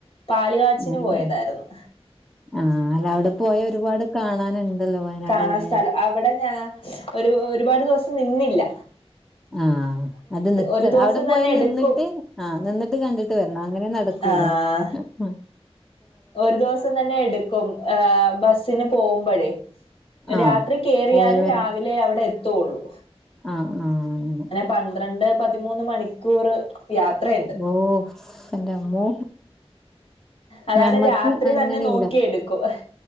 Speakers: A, on the left; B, in the centre.
A: പാലുകാച്ചിന്
B: ഉം
A: പോയതായിര്ന്ന്.
B: ആഹ് അല്ല അവിടെ പോയ ഒരുപാട് കാണാനുണ്ടല്ലോ വയനാട്
A: കാണാൻ
B: പോയാല്.
A: സ്ഥലം അവിടെ ഞാ ഒരു ഒരുപാട് ദിവസം നിന്നില്ല.
B: ആഹ്. അത് നിക്ക
A: ഒരു ദിവസം
B: അവിടെ
A: തന്നെ
B: പോയാ
A: എടുക്കും
B: നിന്നിട്ട് ആഹ് നിന്നിട്ട് കണ്ടിട്ട് വരണം അങ്ങനെ നടക്കോല്ലോ
A: ആഹ്
B: ആഹ്.
A: ഒരു ദൊവസം തന്നെ എട്ക്കും ഏഹ് ബസിന് പോഉമ്പഴേ. രാത്രി
B: ആഹ്
A: കേറിയാല്
B: പോയി വരാ
A: രാവിലെ അവിടെ എത്തൊള്ളു.
B: ആഹ് ആഹ് അങ്ങനെ.
A: പന്ത്രണ്ട് പതിമൂന്ന് മണിക്കൂറ് യാത്രേ
B: ഓഹ് എന്റെമ്മോ.
A: അതാണ്
B: നമ്മക്ക്
A: രാത്രി
B: അങ്ങനില്ല,
A: തന്നെ നോക്കിയെടുക്കും